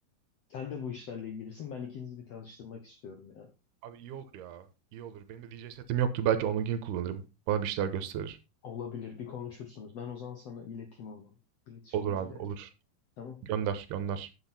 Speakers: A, on the left; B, on the right.
A: Sen de bu işlerle ilgilisin. Ben ikinizi bir tanıştırmak istiyorum ya.
B: Abi iyi olur ya. İyi olur. Benim de DJ setim yoktu. Belki onunkini kullanırım. Bana bir şeyler gösterir.
A: Olabilir. Bir konuşursunuz. Ben o zaman sana ileteyim onu. İletişim
B: Olur
A: bilgileri.
B: abi olur.
A: Tamam.
B: Gönder gönder.